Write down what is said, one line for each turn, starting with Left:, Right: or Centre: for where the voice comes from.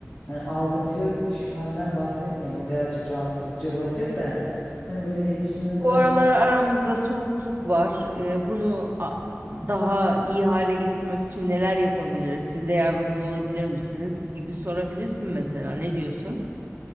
Left: hani aldatıyor şüphemden bahsetmeyeyim. O birazcık rahatsız edici olabilir de. Hani böyle iletişimimiz
Right: Bu
Left: az.
Right: aralar aramızda soğukluk var. Ee, bunu a- daha iyi hale getirmek için neler yapabiliriz? Siz de yardımcı olabilir misiniz? gibi sorabilirsin mesela. Ne diyorsun?